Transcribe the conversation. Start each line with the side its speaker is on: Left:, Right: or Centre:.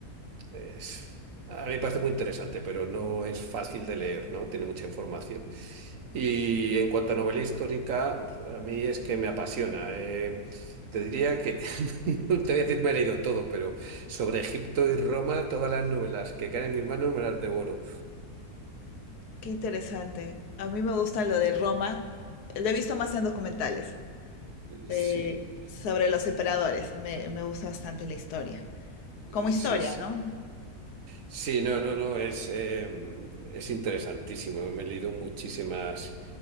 Right: Es- a mí me parece muy interesante, pero no es fácil de leer, ¿no? Tiene mucha información. Y en cuanto a novela histórica, a mí es que me apasiona. eh. te diría que, <laughs> no te voy a decir me he leído todo, pero sobre Egipto y Roma, todas las novelas que caen en mis manos me las devoro.
Left: Qué interesante. A mí me gusta lo de Roma, lo he visto más en documentales, eh,
Right: Sí,
Left: sobre los emperadores. Me, me gusta bastante la historia. Como historia,
Right: sí, sí.
Left: ¿no?
Right: Sí, no, no, no, es, eh, es interesantísimo. Me he leído muchísimas